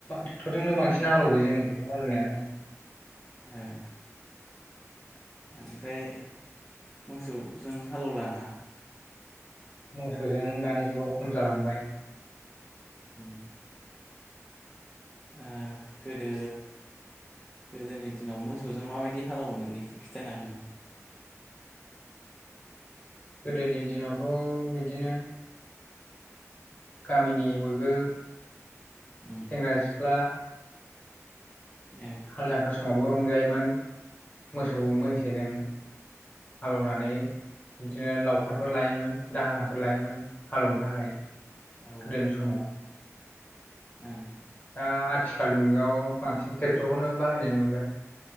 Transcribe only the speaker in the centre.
उम बेनिफ्राय मोसौजों हालेवलाना?
<inaudible> ओ गोदो गोदोनि दिनाव मोसौजों माबायदि हालेवयोमोन एसे खिथानो हागोन नामा?
उम
ओ
औ
औ ओ
<inaudible>